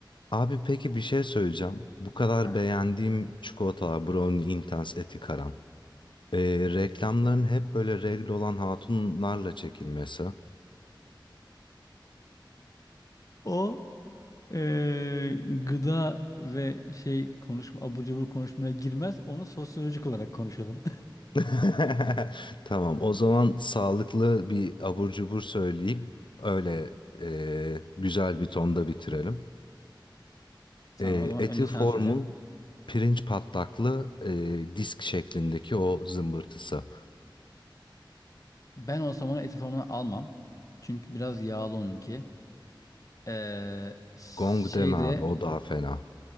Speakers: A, on the left (about 70°); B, on the left (about 40°).
A: Abi peki bir şey söyleyeceğim. Bu kadar
B: Heh.
A: beğendiğim çikolatalar Brownie Intense Etikaram. Ee, reklamların hep böyle regl olan hatunlarla çekilmesi.
B: O eee, gıda ve şey konuşma abur cubur konuşmaya girmez. Onu sosyolojik olarak konuşalım.
A: <laughs> Tamam o zaman sağlıklı bir abur cubur söyleyeyim. Öyle e, güzel bir tonda bitirelim.
B: <laughs> Tamam
A: E,
B: o zaman
A: Eti
B: önce
A: formun
B: sen söyle.
A: pirinç patlaklı e, disk şeklindeki o zımbırtısı.
B: Ben olsam onu eti formuna almam. Çünkü biraz yağlı onunki. Ee, şey
A: Gong deme
B: de
A: abi o daha fena.